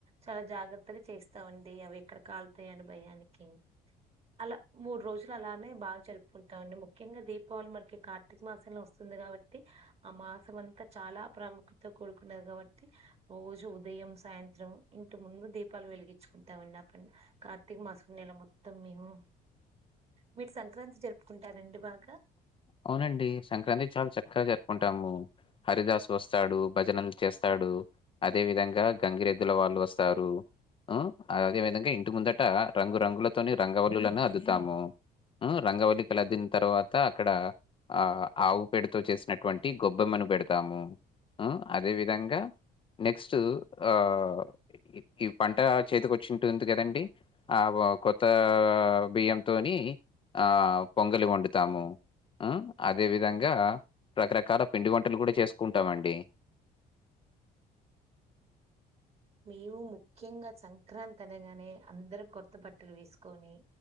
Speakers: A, on the right; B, on the left.
A: చాలా జాగ్రత్తగా చేస్తమండి అవి ఎక్కడ కాల్తయని భయానికి అల మూడు రోజులు అలానే బాగా జరుపుకుంటమండి ముఖ్యంగా దీప్ వాళ్ మనకి కార్తీక మాసంలో వస్తుంది కాబట్టి ఆ మాసం అంతా చాలా ప్రాముఖ్యతో కూడుకున్నది కాబట్టి రోజు ఉదయం సాయంత్రం ఇంటి ముందు దీపాలు వెలిగించుకుంటమండి అ పండ్ కార్తీక మాసం నెల మొత్తం మేము మీకు సంక్రాంతి జరుపుకుంటరండి బాగా
B: అవునండి సంక్రాంతి చాలా చక్కగ జరుపుకుంటాము హరిదాసు వస్తాడు భజనలు చేస్తాడు అదే విధంగా గంగిరెద్దుల వాళ్ళు వస్తారు అ అదే విధంగా ఇంటి ముందట రంగురంగులతోని రంగవల్లులను అద్దుతాము రంగవలికలు అద్దిన్ తర్వత అక్కడ ఆ ఆవుపేడితో చేసినటువంటి గొబ్బెమ్మను పెడుతాము ఉమ్ అదే విధంగా నెక్స్ట్ ఆ ఇ ఈ పంటా చేతికొచ్చి ఉంటుంది కదండి ఆ వ కొత్త బియ్యంతోని ఆ పొంగలి వండుతాము ఉమ్ అదే విధంగా రకరకాల పిండి వంటలు కూడ చేసుకుంటామండి
A: మేము ముఖ్యంగా సంక్రాంతి అనగనే అందరం కొత్త బట్టలు వేసుకొని